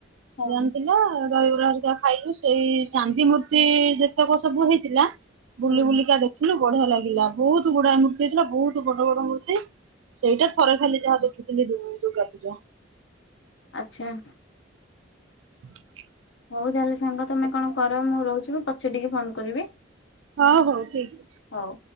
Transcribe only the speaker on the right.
ଜାମ୍ ଥିଲା ଦହିବରା ହେରିକା ଖାଇଲୁ ସେଇ ଚାନ୍ଦି ମୂର୍ତ୍ତି ଯେତକ ସବୁ ହେଇଥିଲା।
ବୁଲି ବୁଲିକା ଦେଖିଲୁ। ବଢିଆ ଲାଗିଲା ବହୁତ ଗୁଡାଏ ମୂର୍ତ୍ତି ହେଇଥିଲା ବହୁତ ବଡ ବଡ ମୂର୍ତ୍ତି ସେଇଟା ଥରେ ଖାଲି ଯାହା ଦେଖିଥିଲି ଦୁୁ ଦୁର୍ଗା ପୂଜା।
<inaudible>
ହଉ ହଉ ଠିକ। ଅଛି।